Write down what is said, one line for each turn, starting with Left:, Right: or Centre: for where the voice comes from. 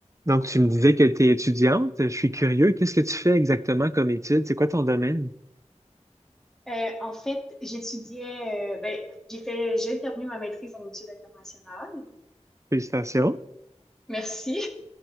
Right: Donc, tu me disais que tu es étudiante. Je suis curieux. Qu'est-ce que tu fais exactement comme étude? C'est quoi ton domaine?
Centre: Euh, en fait, j'étudiais, euh, ben, j'ai fait, j'ai terminé ma maîtrise en études internationales.
Right: Félicitations.
Centre: Merci.